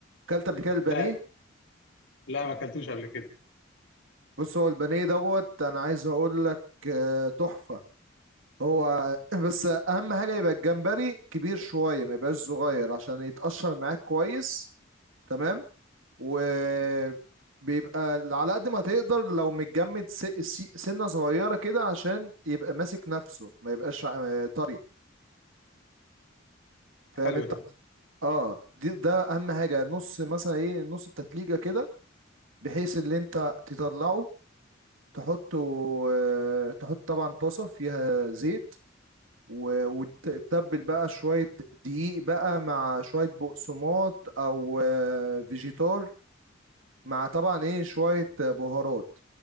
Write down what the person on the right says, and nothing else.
اكلت قبل كده البانيه
بص هو البانيه دوت انا عايز اقول لك آه، تحفه هو <laughs> <clears throat> بس اهم حاجه يبقى الجمبري كبير شويه ما يبقاش صغير عشان يتقشر معاك كويس تمام وبيبقى على قد ما تقدر لو متجمد س- س- سنة صغيرة كده عشان يبقى ماسك نفسه ما يبقاش آه، طري فاهم
انت
اه دي ده اهم حاجة نص مثلا ايه نص التتليجة كده بحيث اللي انت تطلعه تحطه آه، تحط طبعا طاسة فيها زيت و- وتتبل بقى شوية دقيق بقى مع شوية بقسماط أو آه، فيجيتار مع طبعا ايه شوية بهارات